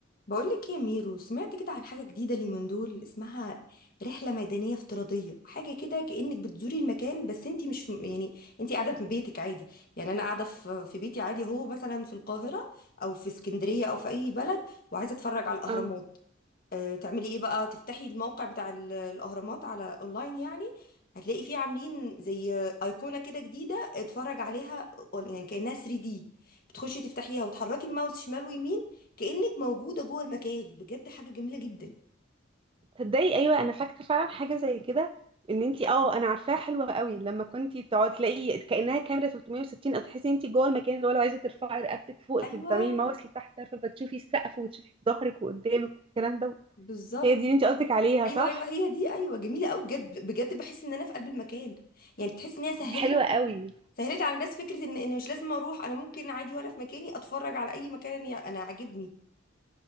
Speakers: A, on the left; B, on the right.
A: بقولك يا ميرو سمعت كده عن حاجة جديدة اليومين دول اسمها رحلة ميدانية افتراضية حاجة كده كأنك بتزوري المكان بس انتي مش في- يعني انتي قاعدة في بيتك عادي يعني انا قاعدة في في بيتي عادي هو مثلا في القاهرة او في اسكندرية او في اي بلد وعايزة اتفرج على الاهرامات
B: اه
A: آه، تعملي ايه بقى تفتحي الموقع بتاع ال- الاهرامات على اونلاين يعني هتلاقي فيه عاملين زي ايقونه كده جديده اتفرج عليها أون- يعني كانها 3 دي بتخشي تفتحيها وتحركي الماوس شمال ويمين كانك موجوده جوه المكان بجد حاجه جميله جدا
B: تصدقي ايوه انا فاكره فعلا حاجه زي كده ان انتي اه انا عارفاها حلوه قوي لما كنتي تقعدي تلاقي كانها كاميرا 360 او تحسي انتي جوه المكان اللي هو لو عايزه ترفعي رقبتك فوق
A: ايوه
B: تبقي بتعملي ماوس لتحت طرفه فتشوفي السقف وتشوفي في ظهرك وقدامك والكلام ده
A: بالظبط
B: هي دي اللي انتي قصدك عليها
A: ايوه
B: صح
A: ايوه هي دي ايوه جميله قوي بجد بجد بحس ان انا في قلب المكان يعني تحس ان هي سهلت
B: دي حلوة قوي
A: سهلت على الناس فكره ان ان مش لازم اروح انا ممكن عادي وانا في مكاني اتفرج على اي مكان انا أنا عاجبني